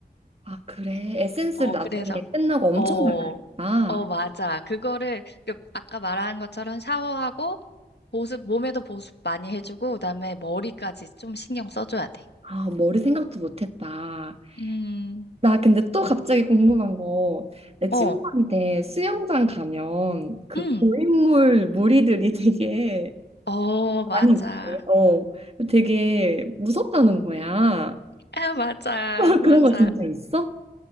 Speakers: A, on the right; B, on the left.
A: 아, 그래. 에센스를
B: 어,
A: 나중에
B: 그래서
A: 끝나고 엄청
B: 어,
A: 발라야겠다.
B: 어, 맞아. 그거를 그 아까 말한 것처럼 샤워하고 보습 몸에도 보습 많이 해주고 그다음에 머리까지 좀 신경 써줘야 돼.
A: 아, 머리 생각도 못했다.
B: 음,
A: 나 근데 또 갑자기 궁금한 거. 내 친구한테
B: 어,
A: 수영장 가면 그
B: 음,
A: 고인물 무리들이 되게
B: 어, 맞아.
A: 많이 있대. 어, 되게 무섭다는 거야.
B: 아, 맞아,
A: <laughs>
B: 맞아.
A: 그런 거 진짜 있어?